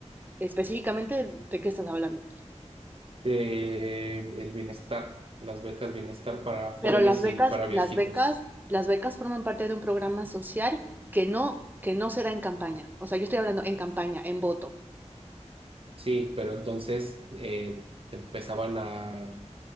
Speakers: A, on the right; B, on the right.
A: específicamente, ¿de qué estás hablando?
B: eh, el bienestar, las becas bienestar para jóvenes
A: Pero las becas,
B: y para viejitos.
A: las becas, las becas forman parte de un programa social que no, que no se da en campaña. O sea, yo estoy hablando en campaña, en voto.
B: Sí, pero entonces eh, te empezaban a,